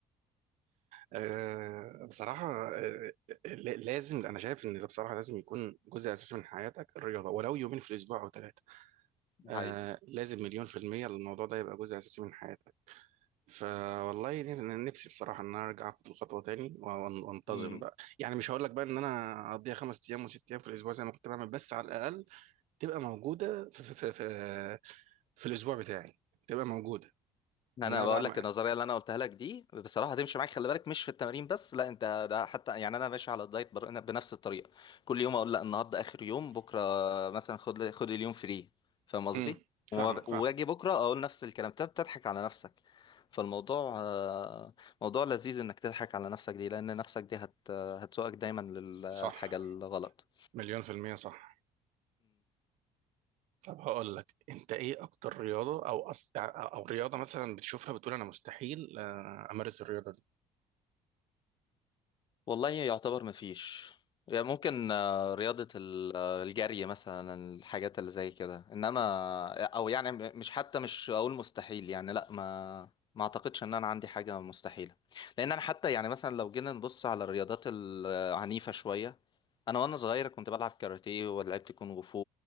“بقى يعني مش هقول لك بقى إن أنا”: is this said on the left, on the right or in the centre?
Right